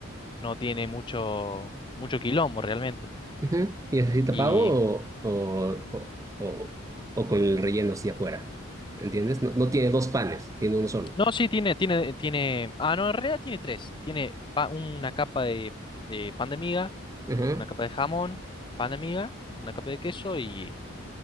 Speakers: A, on the left; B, on the right.
A: no tiene mucho, mucho quilombo realmente.
B: Ujú. ¿Y es así tapado
A: Y
B: o, o, o, o- o con el relleno hacia afuera? ¿Entiendes? No, no tiene dos panes, tiene uno solo.
A: no, sí, tiene, tiene, tiene, ah, no, en realidad tiene tres. Tiene pa- una capa de, de pan de miga,
B: Ajá.
A: una capa de jamón, pan de miga, una capa de queso y,